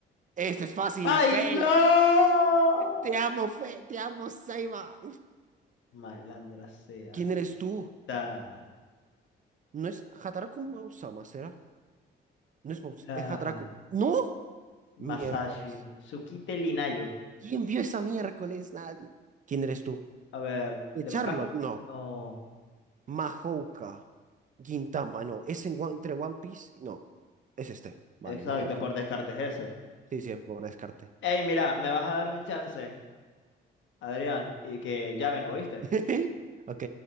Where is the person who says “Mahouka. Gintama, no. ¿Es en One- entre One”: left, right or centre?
Right